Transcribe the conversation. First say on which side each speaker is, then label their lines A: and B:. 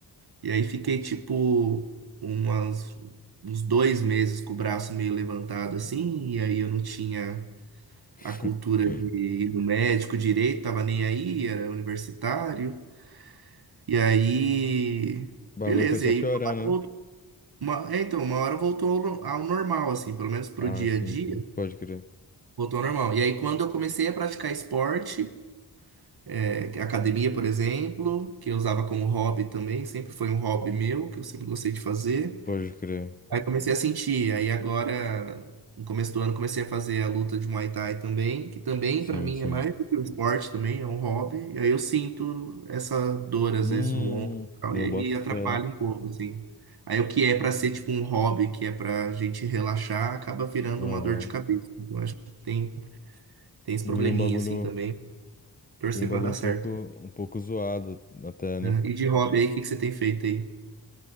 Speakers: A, on the right; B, on the left.
A: E aí fiquei tipo umas, uns dois meses com o braço meio levantado assim, e aí eu não tinha
B: <laughs>
A: a cultura de ir no médico direito, tava nem aí, era universitário. E aí,
B: O bagulho
A: beleza,
B: foi só
A: e aí
B: piorando,
A: uma, hora voltou-
B: né?
A: uma- é, então, uma hora voltou ao normal, assim, pelo menos pro
B: Ah,
A: dia
B: sim,
A: a dia.
B: sim, pode crer.
A: Voltou ao normal. E aí, quando eu comecei a praticar esporte, é, academia, por exemplo, que eu usava como hobby também, sempre foi um hobby meu, que eu sempre gostei de fazer.
B: Pode crer.
A: Aí comecei a sentir. Aí agora, no começo do ano, comecei a fazer a luta de Muay Thai também, que também
B: Sim,
A: pra mim
B: sim.
A: é mais do que um esporte também, é um hobby. E aí eu sinto essa dor às
B: Hum,
A: vezes no ombro, e tal,
B: eu
A: e aí
B: boto
A: me atrapalha
B: fé.
A: um pouco, assim. Aí o que é pra ser tipo um hobby, que é pra gente relaxar, acaba virando
B: Aham.
A: uma dor de cabeça. Então acho que tem tem esse
B: Vira
A: probleminha
B: um bagulho.
A: assim também. Torcer
B: Vira um bagulho
A: pra dar
B: um
A: certo.
B: pouco, um pouco zoado até, né?
A: né? E de hobby aí, o que que você tem feito aí?